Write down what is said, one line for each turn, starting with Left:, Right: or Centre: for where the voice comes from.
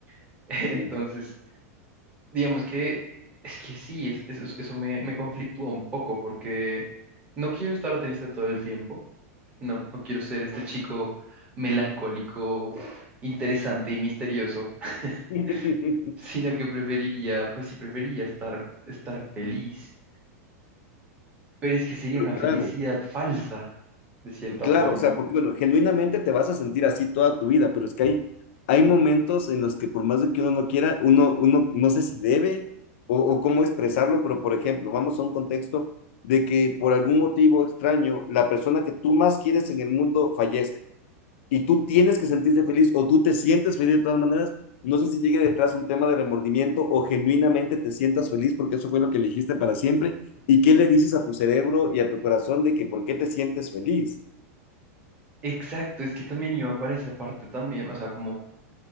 Right: <laughs> Entonces,
Left: mm.
Right: digamos que es que sí, es- es- eso me, me conflictúa un poco porque no quiero estar triste todo el tiempo, no, no quiero ser este chico melancólico, interesante y misterioso,
Left: <laughs>
Right: <laughs> sino que preferiría, pues sí, preferiría estar, estar feliz, pero es que sería una felicidad
Left: Claro,
Right: falsa, de cierta
Left: claro,
Right: forma.
Left: o sea, porque bueno, genuinamente te vas a sentir así toda tu vida, pero es que hay, hay momentos en los que por más de que uno no quiera, uno, uno no sé si debe o, o cómo expresarlo, pero por ejemplo, vamos a un contexto de que por algún motivo extraño, la persona que tú más quieres en el mundo fallezca. y tú tienes que sentirte feliz o tú te sientes feliz de todas maneras, no sé si llegue detrás un tema de remordimiento o genuinamente te sientas feliz porque eso fue lo que elegiste para siempre. ¿Y qué le dices a tu cerebro y a tu corazón de que por qué te sientes feliz?
Right: Exacto, es que también iba para esa parte también, o sea, como